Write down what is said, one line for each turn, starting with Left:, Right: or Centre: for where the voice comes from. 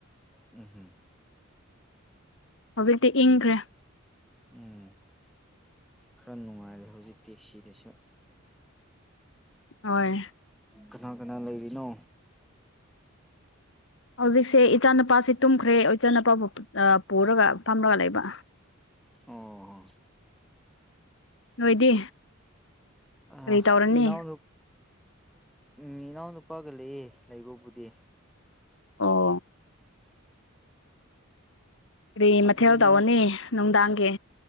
Centre: ꯎꯝ ꯎꯝ
Left: ꯍꯧꯖꯤꯛꯇꯤ ꯏꯪꯈ꯭ꯔꯦ
Centre: ꯎꯝ ꯈꯔ ꯅꯨꯡꯉꯥꯏꯔꯦ ꯍꯧꯖꯤꯛꯇꯤ ꯁꯤꯗꯁꯨ
Left: ꯍꯣꯏ
Centre: ꯀꯅꯥ ꯀꯅꯥ ꯂꯩꯔꯤꯅꯣ
Left: ꯍꯧꯖꯤꯛꯁꯦ ꯏꯆꯥꯅꯨꯄꯥꯁꯦ ꯇꯨꯝꯈ꯭ꯔꯦ ꯏꯆꯥꯅꯨꯄꯥꯕꯨ ꯑ ꯄꯨꯔꯒ ꯐꯝꯂꯒ ꯂꯩꯕ
Centre: ꯑꯣ
Left: ꯅꯣꯏꯗꯤ
Centre: ꯑ
Left: ꯀꯔꯤ ꯇꯧꯔꯅꯤ
Centre: ꯏꯅꯥꯎ ꯎꯝ ꯏꯅꯥꯎ ꯅꯨꯄꯥꯒ ꯂꯩꯌꯦ ꯂꯩꯕꯕꯨꯗꯤ
Left: ꯑꯣ ꯀꯔꯤ
Centre: ꯑꯗꯨꯗꯤ
Left: ꯃꯊꯦꯜ
Centre: ꯅꯪ
Left: ꯇꯧꯔꯅꯤ ꯅꯨꯡꯗꯥꯡꯒꯤ